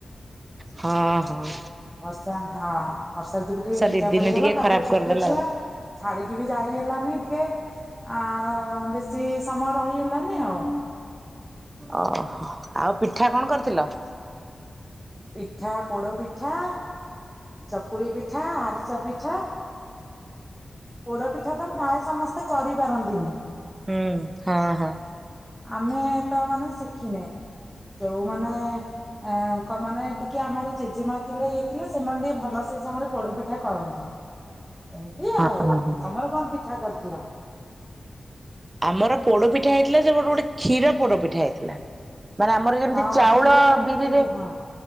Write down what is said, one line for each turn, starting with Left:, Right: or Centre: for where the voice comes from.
Right: ହଁ, ହଁ।
Centre: ବର୍ଷା ହଁ ବର୍ଷା ଯୋଗୁ ଟିକେ ଫିକା
Right: ଦି ଦିନେ
Centre: ପଡିଗଲା
Right: ଟିକେ
Centre: ତାପରେ
Right: ଖରାପ
Centre: ଛୋଟ
Right: କରିଦେଲା
Centre: ଛୁଆ
Right: ଆଉ।
Centre: ଛାଡିକି ବି ଯାଇ ହେଲାନି ଟିକେ ଆ ବେଶୀ ସମୟ ରହିହେଲାନି ଆଉ।
Right: ଓହୋ ଆଉ ପିଠା କଣ କରିଥିଲ?
Centre: ପିଠା ପୋଡ ପିଠା। ଚକୁଳି ପିଠା, ଆରିସା ପିଠା। ପୋଡ ପିଠା ତ ପ୍ରାୟ ସମସ୍ତେ କରିପାରନ୍ତିନି।
Right: ହୁଁ ହଁ ହଁ।
Centre: ଆମେ ତ ମାନେ ଶିଖିନେ ଯଉମାନେ ଅ କ ମାନେ ଟିକେ ଆମର ଜେଜେମା ଥିଲେ ଇଏ ଥିଲେ ସେମାନେ ଟିକେ ଭଲ ସେ ସମୟରେ ପୋଡପିଠା କରନ୍ତି। ଏମିତି ଆଉ।
Right: ହଁ ହଁ।
Centre: ତମର କଣ ପିଠା କରିଥିଲ?
Right: ଆମର ପୋଡପିଠା ହେଇଥିଲା ଯେ ଗୋଟେ ଗୋଟେ କ୍ଷୀର ପୋଡପିଠା ହେଇଥିଲା। ମାନେ ଆମର ଯେମିତି
Centre: ହଁ
Right: ଚାଉଳ
Centre: କ୍ଷୀର ଫିର ପକେଇକି
Right: ବିରିରେ
Centre: ହଁ